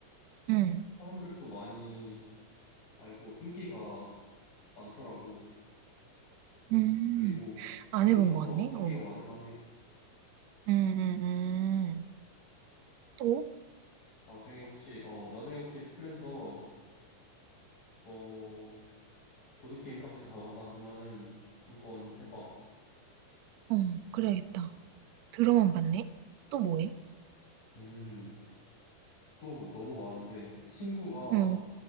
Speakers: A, on the right; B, on the left.
A: 응.
B: 사람들도 많이 알고 인기가 많더라고.
A: 음.
B: 그리고
A: 안
B: 재밌어서
A: 해본 것 같네.
B: 인기가
A: 어.
B: 많을 만해.
A: 음, 음, 음. 또?
B: 나중에 혹시 어 나중에 혹시 스플렌더 뭐 보드게임 카페 가거나 하면은 한번 해봐.
A: 어, 그래야겠다. 들어만 봤네. 또 뭐해?
B: 음, 또 너무 많은데 친구가
A: 어,